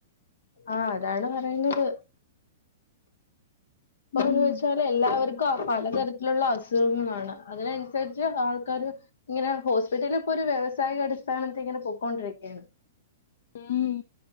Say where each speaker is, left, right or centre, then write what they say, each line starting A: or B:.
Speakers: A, on the left; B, on the left.
A: ആഹ അതാണ് പറയുന്നത് അപ്പന്ന്
B: ഉം
A: വെച്ചാല് എല്ലാവർക്കും
B: അങ്ങനെയൊക്കെ
A: ആ പലതരത്തിലുള്ള അസ് സ്ഖങ്ങളാണ്. അതിനൻസരിച്ച് ആൾക്കർ ഇങ്ങനെ ഹോസ്പിറ്റല് പ്പോര് വ്യാവസായക അടിസ്ഥാനത്തി ങ്ങനെ പോക്കൊണ്ടിരിക്കാണ്.
B: ഉം